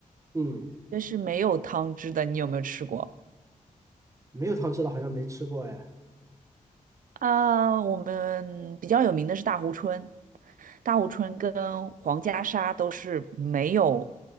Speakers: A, on the right (about 20°); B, on the right (about 80°).
A: 嗯，
B: 就是没有汤汁的，你有没有吃过？
A: 没有汤汁的好像没吃过哎。
B: 啊、我们比较有名的是大湖春，大湖春跟黄家沙都是没有